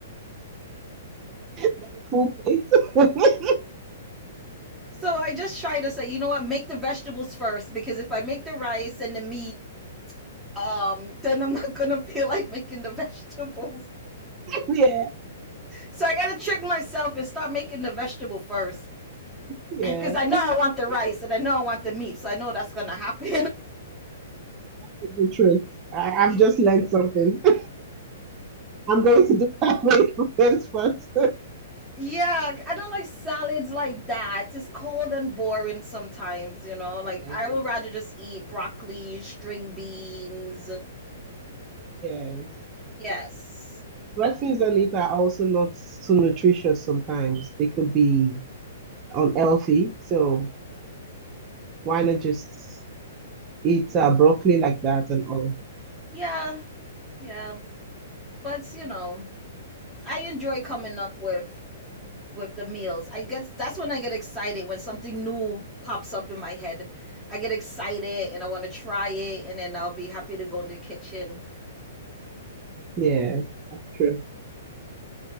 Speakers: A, on the right (about 25°); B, in the centre.
A: Then a full plate. <laughs>
B: So I just try to say, you know what, make the vegetables first because if I make the rice and the meat, um, then I'm not gonna <laughs> feel like making the vegetables.
A: yeah,
B: So I gotta trick myself and start making the vegetable first <clears throat>
A: yeah,
B: because I know I want the rice and I know I want the meat, so I know that's gonna happen.
A: that's a good trick. I,
B: <laughs>
A: I've just learned something. <laughs> I'm going to do that <laughs> way for this first.
B: Yeah, I don't like salads like that. It's cold and boring sometimes, you know. Like
A: Yes,
B: I would rather just eat broccoli, string beans.
A: yes.
B: Yes.
A: Dressings on it are also not so nutritious sometimes. They could be unhealthy. So Why not just eat uh, broccoli like that and all?
B: Yeah, yeah. But you know, I enjoy coming up with with the meals. I guess that's when I get excited when something new pops up in my head. I get excited and I want to try it and then I'll be happy to go in the kitchen.
A: Yeah, that's true.